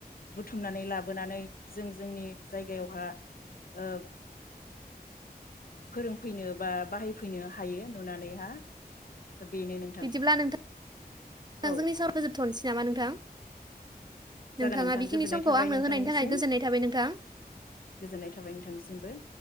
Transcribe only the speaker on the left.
बुथुमनानै लाबोनानै जों जोंनि जायगायावहा ओ फोरोंफैनो बा बाहायफैनो हायो नुनानैहा बेनो नोंथां
औ
जागोन नोंथां
गोजोननाय
थाबाय
नोंथांनिसिम
गोजोननाय थाबाय नोंथांनिसिमबो।